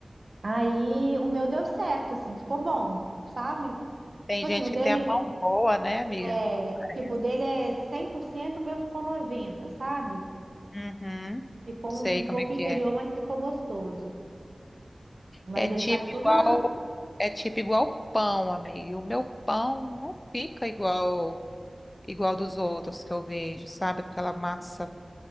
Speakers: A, on the right (about 60°); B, on the left (about 30°).
A: Aí o meu deu certo, assim, ficou bom, sabe?
B: Tem
A: Tipo
B: gente
A: assim, o dele
B: que tem a mão boa, né, amiga?
A: é,
B: Parece.
A: tipo, o dele é 100%, o meu ficou 90, sabe?
B: Uhum.
A: Ficou
B: Sei
A: um, um
B: como
A: pouco
B: é que
A: inferior,
B: é.
A: mas ficou gostoso. Mas
B: É tipo
A: ele faz tudo
B: igual,
A: na-
B: é tipo igual pão, amiga. O meu pão não fica igual igual dos outros que eu vejo, sabe? Aquela massa